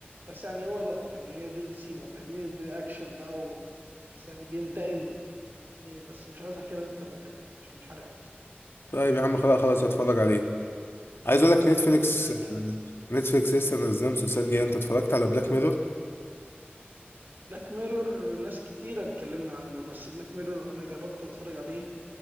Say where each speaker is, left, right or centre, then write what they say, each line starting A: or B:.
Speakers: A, on the right (about 55°); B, on the left (about 75°).
A: بس يعني هو ده يعني هي دي السيما فاهمني وبأكشن بقى و... بس يعني بينتقم يعني بس مش عايز أحكي لك أكتر من كده عشان الحرق بس
B: طيب يا عم خلاص خلاص هتفرج عليه عايز اقول لك نتفليكس
A: لا جامد
B: نتفليكس لسه منزلهم مسلسلات جديده انت اتفرجت على بلاك ميرور
A: بلاك ميرور ناس كتيرة بتكلمنا عنه بس بلاك ميرور أنا جربت أتفرج عليه